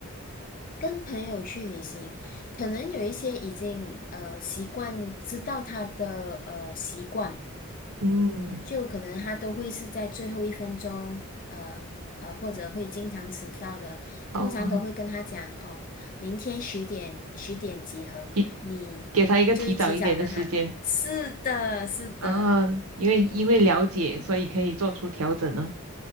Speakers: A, on the left (about 35°); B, on the right (about 75°).
A: 跟朋友去旅行，可能有一些已经呃习惯，知道他的呃习惯，
B: 嗯，
A: 就可能他都会是在最后一分钟，呃呃，或者会经常迟到的。
B: 哦，
A: 通常都会跟他讲哦，明天十点十点集合，
B: 给
A: 你就会提早跟他。
B: 给他一个提早一点的时间
A: 是的，是的，
B: 啊，因为因为了解，所以可以做出调整呢、